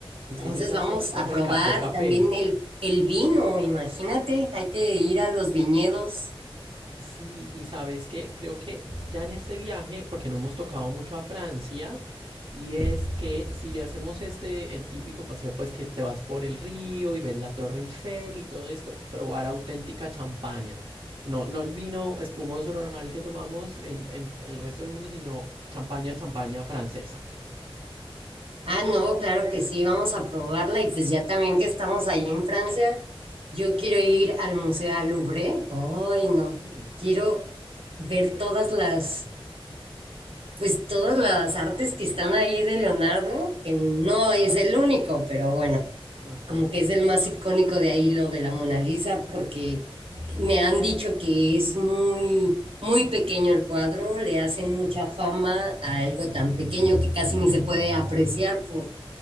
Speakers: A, on the right; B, on the right.
A: Entonces
B: ellos hacen
A: vamos
B: el- como
A: a probar
B: el café café.
A: también el, el vino, imagínate, hay que ir a los viñedos.
B: Sí, y sabes qué, creo que ya en este viaje, porque no hemos tocado mucho a Francia, y es que si hacemos este, el típico paseo, pues que te vas por el río y ves la Torre Eiffel y todo esto, probar auténtica champaña. No, no el vino espumoso normal que tomamos en, en el resto del mundo, sino champaña, champaña francesa.
A: Ah, no, claro que sí, vamos a probarla y pues ya también que estamos ahí en Francia, yo quiero ir al Museo al Louvre. Ay,
B: Ay,
A: no,
B: sí.
A: quiero ver todas las, pues todas las artes que están ahí de Leonardo, que no es el único, pero bueno,
B: Ajá.
A: como que es el más icónico de ahí lo de la Mona Lisa, porque me han dicho que es muy, muy pequeño el cuadro, le hacen
B: Sí.
A: mucha fama a algo tan pequeño que casi ni se puede apreciar por,